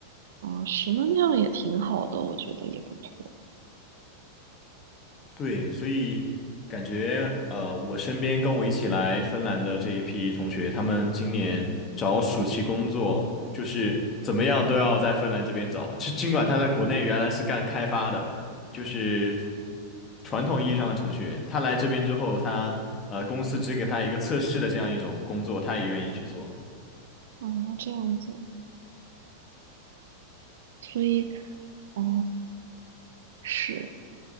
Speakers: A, on the right; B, on the left.
A: 啊，是，那那样也挺好的，我觉得也不错。
B: 对，所以感觉呃，我身边跟我一起来芬兰的这一批同学，他们今年找暑期工作，就是怎么样都要在芬兰这边找。就尽管他在国内原来是干开发的，就是传统意义上的程序员，他来这边之后，他呃公司只给他一个测试的这样一种工作，他也愿意去做。
A: 啊，这样子，所以，哦，是，